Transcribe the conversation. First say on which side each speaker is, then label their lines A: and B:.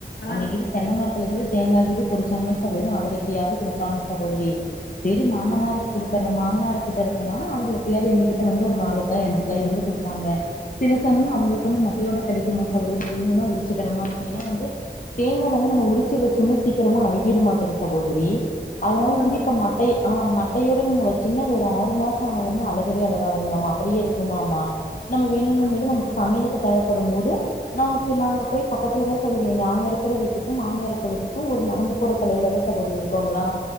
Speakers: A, on the left (about 65°); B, on the left (about 50°).
A: ஆ
B: அங்க கீது தென்ன மரத்துல கீது தேங்க கீது பொறிச்சாங்னா சகோதரி அவர் எப்பயாவது குடுப்பாங்க சகோதரி செரி மாமனருக்கு குடுக்குற மாமனருக் கிட்ட இருக்கனால அவர் எப்பயாவுது எங்குகிட்ட வந்து ஒரு நாலு காய் அஞ்சு காய் வந்து குடுப்பாங்க சில சமய அவங்களுக்கு வந்து மட்டையோட கெடைக்குமா சகோதரி வேணுனா உரிச்சிக்கிற மார்ருக்கு ஏனா வந்து தேங்கா வந்து நம்ம உரிச்சி வச்சோன சீக்கிரமா அழுகிருமாட்ருக்கு சகோதரி அதனால
A: ஆமா
B: வந்து
A: தோழி
B: இப்ப மட்டை ஆ ம ட்டையோட நீங்க வெச்சிங்னா அது ஒரு ஆறு மாச ஆனாலுமே அழுகவே அழுகாதுங்ளாமா அப்டியே இருக்குமாமா நமக்கு வேணுங்கம்போது
A: ஆ
B: நமக்கு சமையலுக்கு தேவப்படும் போது நமக்கு நா அங்க போய் பக்கத்துலதா சகோதரி நாங்க இருக்கிற வீட்டுக்கும் மாமியார் இருக்கிற வீட்டுக்கு ஒரு நடந்து போற தொலைவுலதா சகோதரி இருக்கோங்ளா